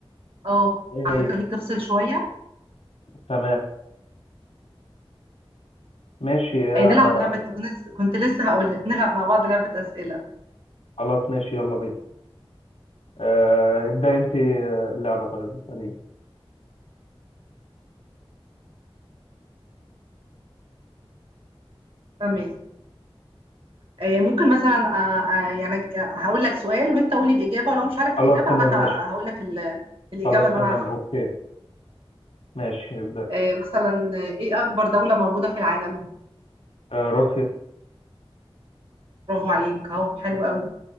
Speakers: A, on the right; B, on the left.
A: اه
B: ايه
A: على
B: هي
A: فكره ليك تفصل شويه
B: تمام ماشي أه
A: ايه نلعب لعبه طب نس- كنت لسه هقول لك نلعب مع بعض لعبه اسئله
B: خلاص ماشي يلا بينا أه ابدأ انت آه، اللعبه طيب اساليني
A: تمام ايه ممكن مثلا اه، اه، يعني ج- هقول لك سؤال وانت قولي الاجابه ولو مش عارف
B: خلاص
A: الاجابه
B: تمام
A: انا
B: ماشي
A: ه- هقول لك ال- الاجابه
B: خلاص
A: اللي
B: تمام
A: انا عارفها
B: اوكي ماشي ابدأ
A: ايه مثلا ايه اكبر دوله موجوده في العالم
B: أه روسيا
A: برافو عليك اهو حلو قوي